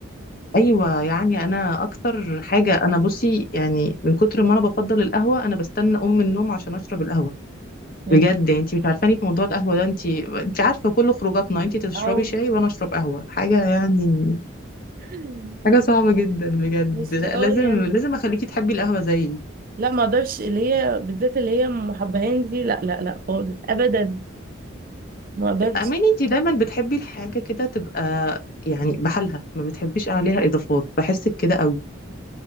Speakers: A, on the left; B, on the right.
A: ايوه يعني انا اكتر حاجه انا بصي يعني من كتر ما انا بفضل القهوه انا بستنى ام النوم عشان اشرب القهوه
B: يلا.
A: بجد انت مش عارفاني في موضوع القهوة ده انت انت عارفة كل خروجاتنا انت تشربي
B: اه
A: شاي وانا اشرب قهوة حاجة يعني
B: <laughs>
A: حاجة صعبة جدا بجد
B: بس
A: لا
B: اه
A: لازم
B: يعني
A: لازم اخليكي تحبي القهوة زيي
B: لا ما اقدرش اللي هي بالذات اللي هي ام حبهان دي لا لا لا خالص ابدا ما اقدرش
A: اماني انت دايما بتحبي الحاجة كده تبقى يعني بحالها ما بتحبيش عليها اضافات بحسك كده قوي